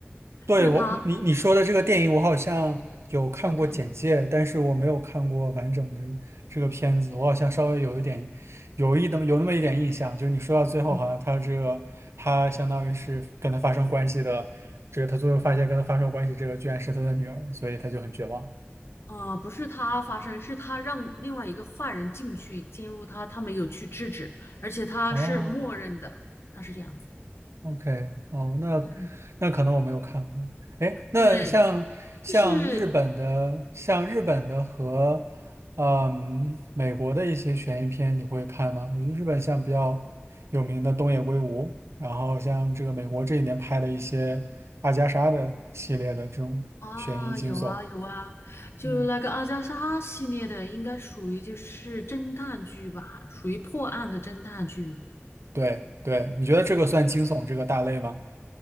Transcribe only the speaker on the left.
就是他
有看过。
嗯
啊，不是他发生，是他让另外一个坏人进去奸污他，他没有去制止，而且他是默认的，
他是这样子。
嗯，
对，就是
啊，有啊有啊，就那个阿加莎系列的，
应该属于就是侦探剧吧，属于破案的侦探剧。